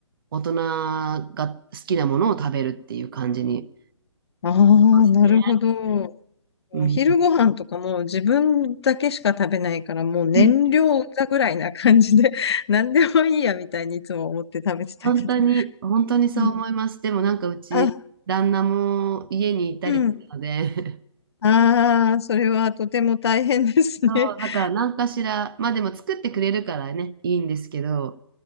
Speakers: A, on the right; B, on the left.
A: 大人が好きなものを食べるっていう感じに。
B: ああ、
A: ますね
B: なるほど。お昼ご飯とかも自分だけしか食べないから、
A: うん。
B: もう燃料だぐらいな感じで、
A: うん
B: <laughs> 何でもいいやみたいにいつも思って食べてたけど。
A: 本当に、本当にそう思います。
B: うん。
A: でもなんかうち、
B: あ、
A: 旦那も家にいたりするので、
B: うん。ああ、それはとても大変ですね。
A: <laughs> そう、
B: <laughs>
A: だから何かしら、まあでも作ってくれるからね、いいんですけど、